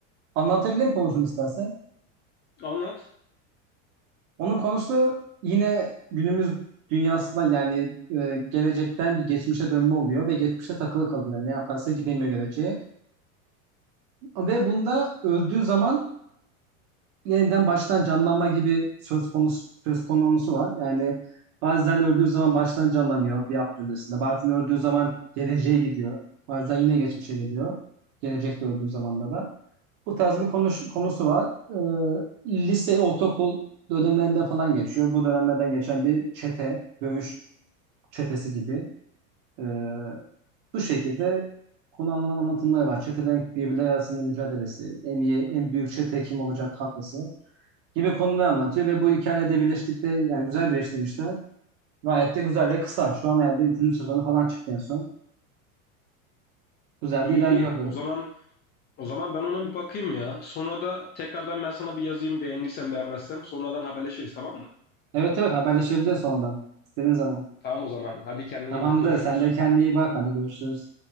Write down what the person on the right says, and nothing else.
Anlatabilirim konusunu istersen.
Onun konusu yine günümüz dünyasında yani e, gelecekten bir geçmişe dönme oluyor ve geçmişe takılı kalıyor. Ne yaparsa gidemiyor geleceğe. Ve bunda öldüğü zaman yeniden baştan canlanma gibi söz konusu söz konusu var. Yani bazen öldüğü zaman baştan canlanıyor bir hafta öncesinde. Bazen öldüğü zaman geleceğe gidiyor. Bazen yine geçmişe geliyor. Gelecekte öldüğü zaman da. Bu tarz bir konuş, konusu var. Ee, lise, ortaokul dönemlerinden falan geçiyor. Bu dönemlerden geçen bir çete, dövüş çetesi gibi. Ee, bu şekilde konu anla- anlatımları var. Çetelerin birbirleri arasında mücadelesi, en iyi, en büyük çete kim olacak kavgası gibi konuları anlatıyor ve bu hikayede birleştikte yani güzel birleştirmişler. Gayet de güzel ve kısa. Şu an herhalde 3. sezonu falan çıktı en son. Güzel
de ilerliyordu.
Evet evet haberleşebiliriz sonradan. İstediğin zaman.
Tamamdır.
Sen de kendine iyi bak. Hadi görüşürüz.